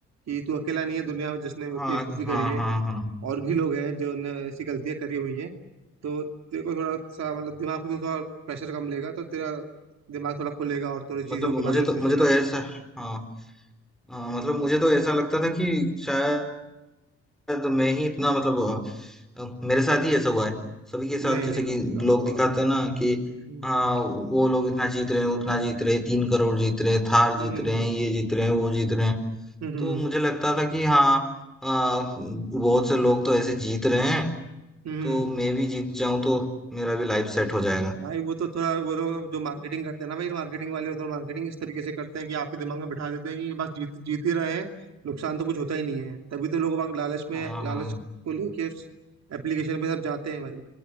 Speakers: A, on the right; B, in the centre.
A: कि तू अकेला नहीं है दुनिया में जिसने
B: हाँ
A: बेवकूफी
B: हाँ
A: करी है
B: हाँ हाँ
A: और भी लोग हैं जो ने ऐसी गलतियां करी हुई हैं तो तेरे को थोड़ा सा मतलब दिमाग पे तो थोड़ा प्रेशर कम लेगा तो तेरा दिमाग थोड़ा खुलेगा और थोड़ी चीजों
B: मतलब
A: के बारे
B: मुझे
A: में
B: तो
A: सोचेगा
B: मुझे तो
A: तू
B: ऐसा हाँ हाँ, मतलब मुझे तो ऐसा लगता था कि शायद तो मैं ही इतना मतलब अ, अ, मेरे साथ ही ऐसा हुआ है सभी के साथ
A: नहीं
B: जैसे
A: नहीं
B: कि
A: भाई वो-
B: लोग दिखाते हैं ना
A: हम्म
B: कि
A: हम्म
B: हाँ वो लोग इतना जीत रहे हैं उतना जीत रहे हैं तीन करोड़ जीत रहे हैं थार
A: हम्म
B: जीत
A: हम्म
B: रहे हैं ये जीत रहे हैं वो जीत रहे हैं
A: हम्म,
B: तो मुझे लगता था कि हाँ अ, बहुत से लोग तो ऐसे जीत रहे हैं
A: हम्म,
B: तो
A: हम्म।
B: मैं भी जीत जाऊं तो मेरा भी लाइफ सेट हो जाएगा
A: भाई वो तो थोड़ा वो लोग जो मार्केटिंग करते हैं ना भाई मार्केटिंग वाले तो मार्केटिंग इस तरीके से करते हैं कि आपके दिमाग में बिठा देते हैं कि बस जीत जीत ही रहे हैं नुकसान तो कुछ होता ही नहीं है तभी तो लोग बाग लालच में
B: हाँ
A: लालच
B: हाँ
A: को लेके उस एप्लीकेशन पे सब जाते हैं भाई